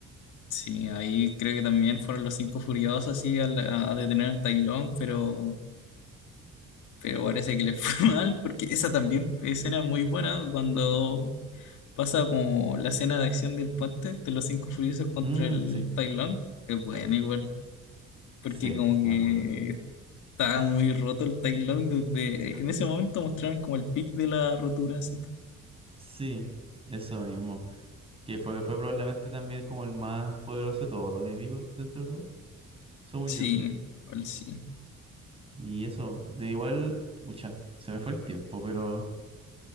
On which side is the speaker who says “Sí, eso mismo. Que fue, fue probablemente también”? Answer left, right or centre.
Right